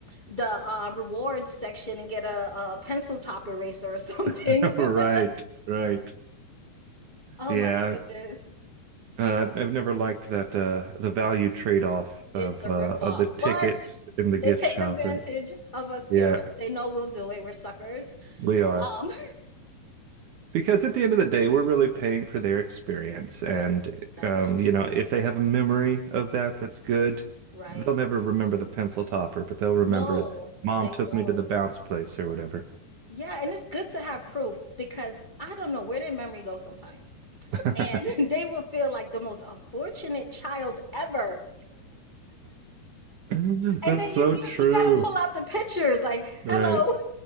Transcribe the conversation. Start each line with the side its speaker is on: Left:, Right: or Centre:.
Left: the uh, rewards section and get a, a pencil top eraser or something.
Right: <laughs> Right,
Left: <laughs>
Right: right.
Left: Oh
Right: Yeah.
Left: my goodness.
Right: Uh, I've I've never liked that uh the value trade-off
Left: It's
Right: of
Left: a
Right: uh
Left: ripoff.
Right: of the tickets
Left: But
Right: in the gift
Left: they take
Right: shop,
Left: advantage
Right: right?
Left: of us parents.
Right: Yeah,
Left: They know we'll do it. We're suckers.
Right: we are.
Left: Um,
Right: Because at the end of the day, we're really paying for their experience.
Left: <laughs> really,
Right: And,
Left: that
Right: um,
Left: is true.
Right: you know, if they have a memory of that, that's good.
Left: Right.
Right: They'll never remember the pencil topper, but they'll remember
Left: No,
Right: that mom
Left: they
Right: took
Left: won't.
Right: me to the bounce place or whatever.
Left: Yeah, and it's good to have proof because I don't know where their memory goes sometimes.
Right: <laughs>
Left: And <laughs> they will feel like the most unfortunate child ever.
Right: That's
Left: And then
Right: so
Left: you you,
Right: true.
Left: you gotta pull out the pictures like,
Right: Right.
Left: hello,